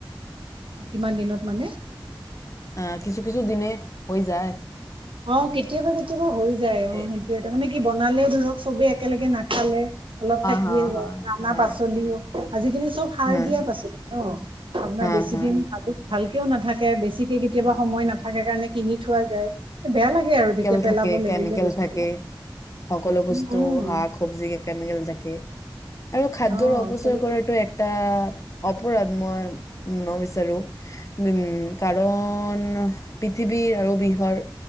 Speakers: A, on the right; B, on the left.
A: কিমান দিনত মানে?
B: অহ কিছু কিছু দিনে হৈ যায়।
A: অ কেতিয়াবা কেতিয়াবা হৈ যায় অ
B: হা
A: সেইটোয়ে তাৰ মানে বনালেও ধৰক চবেই একেলগে নাখালে অলপ থাকিয়ে
B: হা
A: যায়
B: হা
A: ৰান্না
B: হয়
A: পাচলিও আজিকালি চব সাৰ
B: হয়
A: দিয়া পাচলি ন আপোনাৰ
B: হা
A: বেছি
B: হা
A: দিন ভালকেও নাথাকে বেছি কেতিয়াবা
B: হা
A: সময় নাথাকে কাৰণে কিনি থোৱা যায়। বেয়া লাগে আৰু তেতিয়া
B: কেল
A: পেলাব
B: থাকে
A: লাগিলে
B: কেমিকেল
A: বস্তুবিলাক
B: থাকে সকলো বস্তু
A: উম উম
B: শাক চবজি কেমিকেল থাকে। আৰু খাদ্যৰ
A: অ
B: অপচয়
A: চব
B: কৰাটো একটা অপৰাধ মই উ নম ত আৰু <unintelligible> কাৰণ পৃথিৱীৰ আৰু বিহৰ